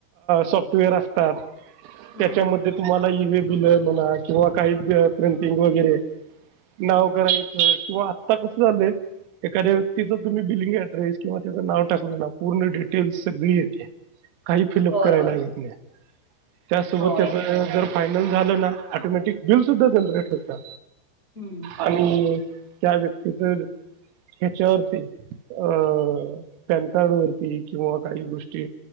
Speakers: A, on the right (about 85°); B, on the left (about 15°).
A: सॉफ्टवेअर असतात,
B: हं.
A: त्याच्यामध्ये तुम्हाला इ व पिलर म्हणा किंवा काही प्रिंटिंग वगैरे नाव करायचं किंवा आत्ता कसं झालंय. एखाद्या व्यक्तीच तुम्ही बिलिंग ऍड्रेस किंवा त्याचं नाव टाकला ना पूर्ण डिटेल्स सगळी येती काही फिलअप
B: होय,
A: करायलागेत
B: होय.
A: नाही. त्यासोबत
B: होय.
A: त्या जर फायनल झालं ना, ऑटोमॅटिक बिल सुद्धा जनरेट होतं.
B: हं.
A: आणि त्या व्यक्ती तर ह्याच्यावरती अ पॅन कार्ड वरती किंवा काही गोष्टी